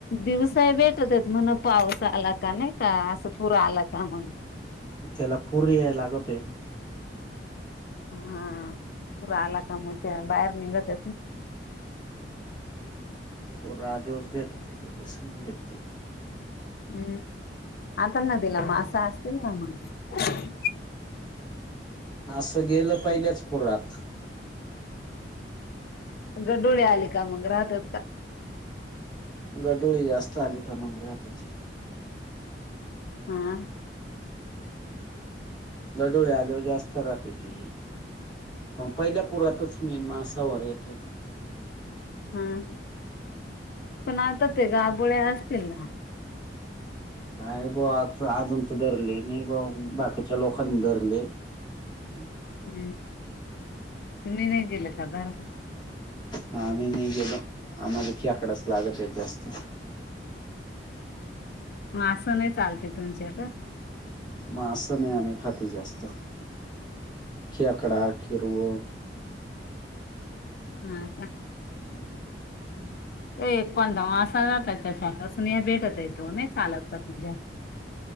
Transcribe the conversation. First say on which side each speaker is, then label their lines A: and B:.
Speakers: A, on the left; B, on the left.
A: दिवसाय भेटतच म्हण पाऊस आला का नाही का असं पुर आला का मग.
B: तेला पुर याय लागतोय.
A: हा पुूर आला का मग त्या बाहेर निघतस ना.
B: पूरा दिवस भेटत ते तस भेटते.
A: हम्म आता नदिला मास असं असतील ना मग.?
B: असं गेलं पहिल्याच पुरात.
A: त्यां डोळे आले का मग राहतात का.?
B: गडोळी जास्त आली का मग रातची.
A: हा.
B: गडोळे आल्यावर जास्त राहते ती. पण पहिल्या पुरातच मेन मासा वर येतोय.
A: हा ह पण आता ते गाबोळे्या असतील ना.
B: नाही ब आज अजूनच धरले नाही बा बाकीच्या लोकांनी धरले. <inaudible>
A: हम्म तुम्ही नाही गेलं का धरायला.?
B: हा आम्ही नाही गेलो आम्हाला खेकडाच लागत आहेत जास्त.
A: मास नाही चालते तुमच्या का.?
B: मास नाही आम्ही खाती जास्त खिकडा हिरव.
A: हा.
B: ह् हम्. <inaudible>
A: ते एक पणध जात त्याच्यासूनि भेटत येतो नाही चालत का तुझ्या. <unintelligible>